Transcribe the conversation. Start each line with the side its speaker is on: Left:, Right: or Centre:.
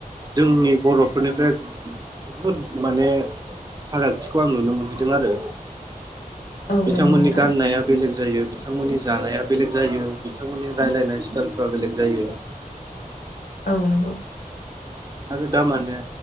Right: जोंनि बर'फोरनिफ्राय बुहुद माने फारागथिखौ आं नुनो मोनहैदों आरो
Left: औ
Right: बिथांमोननि
Left: नंगौ नोंथां
Right: गाननाया बेलेग जायो बिथांमोननि जानाया बेलेग जायो बिथांमोननि रायज्लायनाय स्टाइलफ्रा बेलेग जायो <inaudible>
Left: औ नंगौ
Right: आरो दामाने